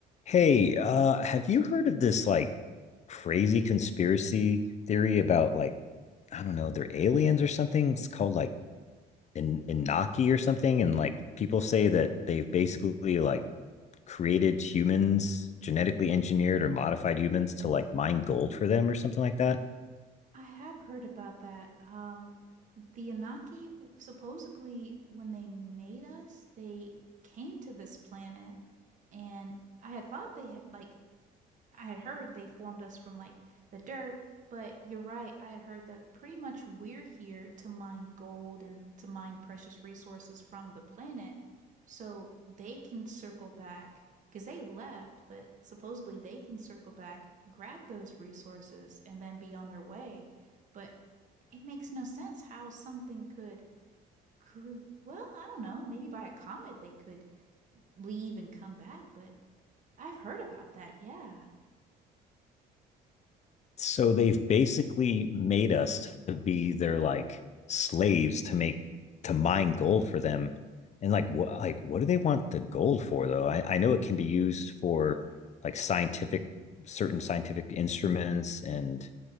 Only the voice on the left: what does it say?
Hey, uh, have you heard of this like crazy conspiracy theory about like I don't know, they're aliens or something? It's called like In Inaki or something, and like people say that they've basically like created humans, genetically engineered or modified humans to like mine gold for them or something like that.
so they've basically made us to be their like slaves to make to mine gold for them and like what like what do they want the gold for though i i know it can be used for like scientific certain scientific instruments and